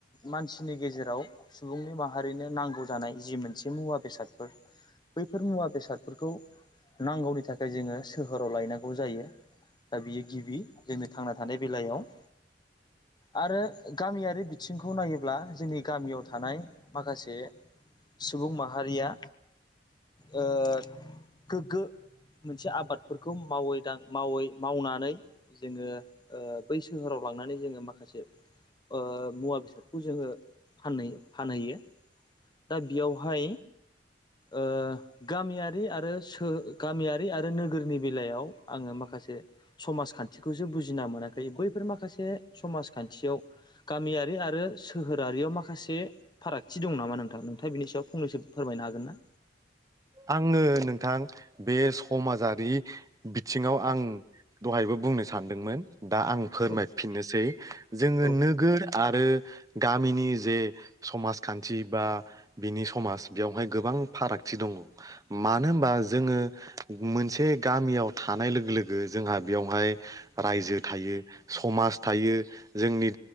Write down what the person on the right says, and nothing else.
आङो नोंथां बे समाजारि बिथिंङाव आं दहायबो बुंनो सानदोंमोन दा आं फोरमायफिननोसै
जोङो
नोगोर आरो गामिनि जे समाजखान्थि बा बिनि समाज बेयावहाय गोबां फारागथि दङ' मानो होनबा जोङो मोनसे गामियाव थानाय लोगो लोगो जोंहा बेयावहाय रायजो थायो समाज थायो जोंनि